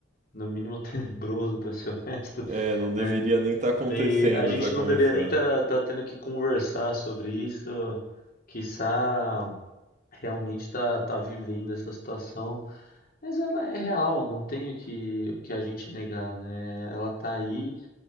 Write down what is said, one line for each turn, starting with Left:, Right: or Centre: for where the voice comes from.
Left: no mínimo, <laughs> tenebroso, para ser honesto,
Right: É, não deveria
Left: né?
Right: nem estar <laughs> acontecendo
Left: E a gente
Right: para começar.
Left: não deveria nem estar tá, tá tendo que conversar sobre isso, quiçá realmente tá, tá vivendo essa situação, mas ela é real, não tem o que, o que a gente negar, né? Ela tá aí,